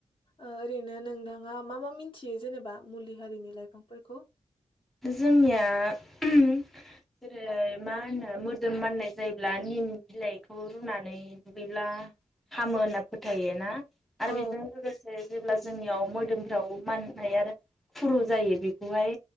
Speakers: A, on the left; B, in the centre.
A: ओरैनो नोंथाङा मा मा मिथियो जेनेबा? मुलि हारिनि लाइफांफोरखौ
B: जोंनिया <unintelligible> जेरै मा होनो मोदोम माननाय जायोब्ला निम बिलाइखौ रुनानै दुगैब्ला हामो होनना फोथायो ना? आरो
A: औ
B: बेजों लोगोसे जेब्ला‌ जों जोंनियाव मोदोमफ्राव माननाय आरो खुरु जायो बेखौहाय